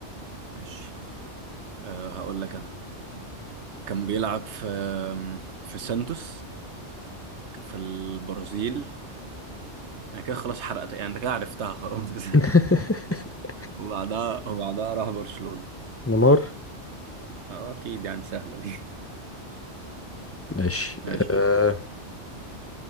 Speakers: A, on the right; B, on the left.
A: ماشي أه هقول لك أنا كان بيلعب في في سانتوس في البرازيل انا كده خلاص حرقتها يعني انت كده عرفتها خلاص
B: <laughs>
A: <laughs> وبعدها وبعدها راح برشلونة
B: نيمار
A: اه اكيد يعني سهلة دي
B: ماشي
A: <laughs> ماشي
B: آه
A: دور.